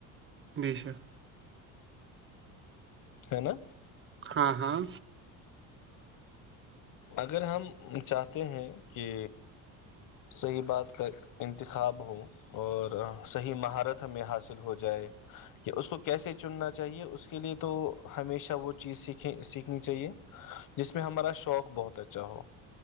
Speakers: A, on the right (about 30°); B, on the left (about 55°).
A: بے شک
B: ہے نا
A: ہاں ہاں
B: اگر ہم چاہتے ہیں کہ صحیح بات کا انتخاب ہو اور صحیح مہارت ہمیں حاصل ہو جائے کہ اس کو کیسے چننا چاہیے اس کے لئے تو ہمیشہ وہ چیز سیکھیں سیکھنی چاہیے جس میں ہمارا شوق بہت اچھا ہو